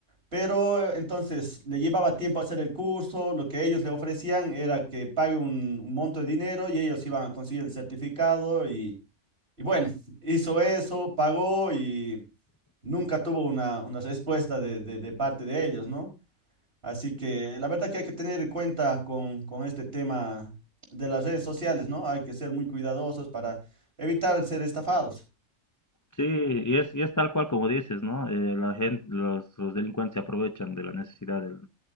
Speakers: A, on the right (about 50°); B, on the left (about 30°).
A: pero eh, entonces le llevaba tiempo hacer el curso, lo que ellos le ofrecían era que pague un, un monto de dinero y ellos iban a conseguir el certificado y, y bueno, hizo eso, pagó y nunca tuvo una, una respuesta de, de de parte de ellos, ¿no? Así que la verdad que hay que tener en cuenta con, con este tema de las redes sociales, ¿no? Hay que ser muy cuidadosos para evitar ser estafados.
B: Sí, y es, y es tal cual como dices, ¿no? Eh, la gente, los, los delincuentes se aprovechan de la necesidad del-